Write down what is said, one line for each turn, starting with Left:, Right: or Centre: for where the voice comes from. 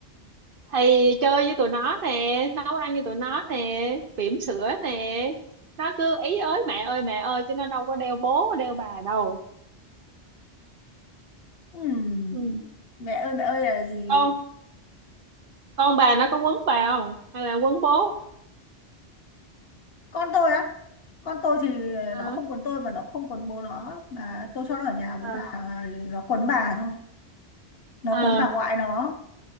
Right: thì chơi với tụi nó nè nấu ăn với tụi nó nè bỉm sữa nè nó cứ ý ới mẹ ơi mẹ ơi chứ nó đâu có đeo bố đeo bà đâu
Left: Ừm,
Right: ừ.
Left: mẹ ơi mẹ ơi là gì
Right: con con bà nó có quấn bà không hay là quấn bố
Left: con tôi á con tôi thì
Right: à,
Left: nó không quấn tôi mà nó không quấn bố nó mà tôi cho nó ở nhà với
Right: à,
Left: bà nó quấn bà thôi nó
Right: à,
Left: quấn bà ngoại nó